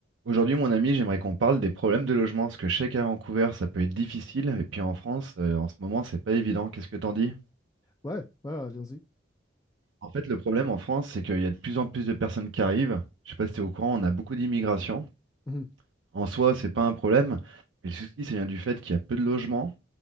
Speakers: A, on the right (about 65°); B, on the left (about 15°).
A: Aujourd'hui, mon ami, j'aimerais qu'on parle des problèmes de logement, parce que je sais qu'à Vancouver, ça peut être difficile, et puis en France, euh, en ce moment, c'est pas évident. Qu'est-ce que t'en dis?
B: Ouais, ouais, ouais, allons-y.
A: En fait, le problème en France, c'est qu'il y a de plus en plus de personnes qui arrivent. Je sais pas si t'es au courant, on a beaucoup d'immigration.
B: Mhm.
A: En soi, c'est pas un problème, mais le souci, c'est bien du fait qu'il y a peu de logements,